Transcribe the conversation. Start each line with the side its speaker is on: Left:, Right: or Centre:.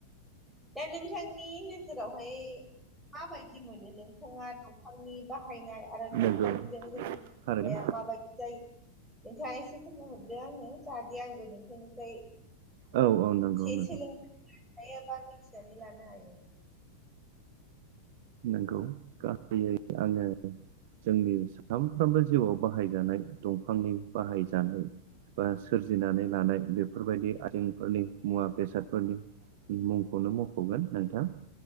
Centre: दा नोंथांनि नोजोरावहाय माबायदि मोनो नोंथाङा दंफांनि बाहायनाय आरो दंफांजों
Right: नंगौ
Centre: जोंनि
Right: थारैनो
Centre: फाया माबायदि जायो नोंथाङा एसे फोरमायहरदो आंनो जाहाथे आंबो नोंथांनिफ्राय एसे
Right: औ औ नंगौ नंगौ
Centre: सोलों हायो बा मिथिनानै लानो हायो
Right: नंगौ गाहायै आङो जोंनि सानफ्रोमबो जिउआव बाहायजानाय दंफांनि बाहायजानाय बा सोरजिनानै लानाय बेफोरबायदि आइजेंफोरनि मुवा बेसादफोरनि मुंखौनो मख'गोन नोंथां